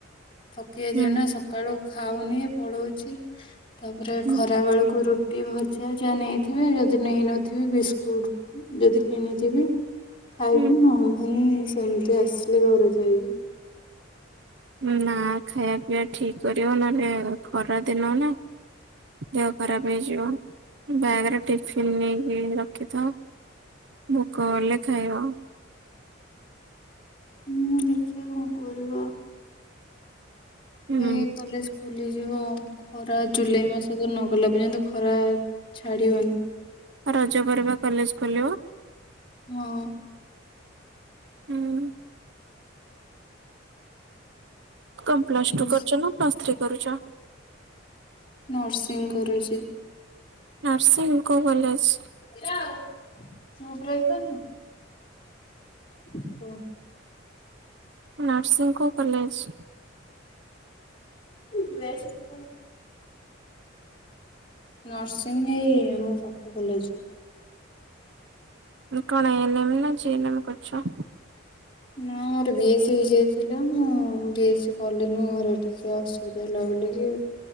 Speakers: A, on the left (about 25°); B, on the right (about 60°).
A: ଥକି ଯାଇଥିବି
B: ହୁଁ
A: ନା ସକାଳୁ ଖାଉନି ପଳଉଚି। ତାପରେ
B: ହୁଁ
A: ଖରା ବେଳକୁ ରୁଟି ଭଜା ଯାହା ନେଇଥିବି ଯଦି ନେଇନଥିବି ବିସ୍ ସ୍କୁଟ ଯଦି କିଣିଥିବି ଖାଇବି
B: ହୁଁ
A: ନହଲେ ନାଇଁ। ସେମତି ଆସିଲେ ଘରେ ଖାଇବି।
B: ନା ଖାଇବା ପିଇବା ଠିକ କରିବ ନହେଲେ ଖରା ଦିନ ନା। ଦେହ ଖରାପ ହେଇଯିବ ବ୍ୟାଗରେ ଟିଫିନ ନେଇକି ରଖିଥ। ଭୋକ ଗଲେ ଖାଇବ।
A: ହୁଁ ଦେଖିବା କଣ କରିବା।
B: ହୁଁ
A: ଏବେ କଲେଜ ଖୋଲିଯିବ ଖରା ଜୁଲାଇ ମାସ ତାଗୁ ନଗଲା ପର୍ଯ୍ୟନ୍ତ ଖରା ଛାଡ଼ିବନି।
B: ଆ ରଜ ପରେ ବା କଲେଜ ଖୋଲିବ।
A: ହଁ।
B: ହୁଁ। କମ ପ୍ଲସ
A: କଲେଜ
B: ଟୁ କରୁଛ ନା ପ୍ଲସ ଥ୍ରୀ କରୁଛ?
A: ନର୍ସିଂ କରୁଛି।
B: ନର୍ସିଂ କୋଉ କଲେଜ୍?
A: <unintelligible> ଚୁପ୍ ରହି ପାରୁନୁ? କୁହ?
B: ନର୍ସିଂ କୋଉ କଲେଜ?
A: <unintelligible> ନର୍ସିଂ ଏଇ ଆମ ପାଖ କଲେଜେ।
B: ତମେ କଣ ଏନେ ଏମ୍ ନା ଜିଏ ନେମ୍ କରୁଛ?
A: ନା ମୋର ବିଏସି ହେଇ ଯାଇଥିଲା ମୁଁ ବିଏସି କଲିନି ଘରେ ଟିକେ ଅସ <unintelligible> କି